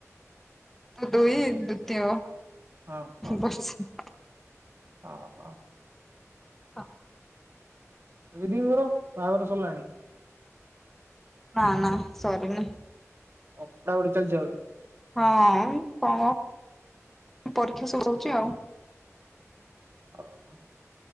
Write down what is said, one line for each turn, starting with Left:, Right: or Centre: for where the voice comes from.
Centre: ଦେଇ ଦିତୀୟ
Right: ହଁ ହଁ
Centre: ବସିଛି।
Right: ହଁ ହଁ।
Centre: ହଁ <inaudible>
Right: ଦିଦିଙ୍କର ବାହାଘର ସରିଲାଣି?
Centre: ନା ନା ସରିନି।
Right: ଅା ବ <inaudible> ଚାଲିଛିାଉ
Centre: ହଁ କଣ ପରୀକ୍ଷା ସବୁ ହଉଛି ଆଉ।
Right: ଓ ହୋ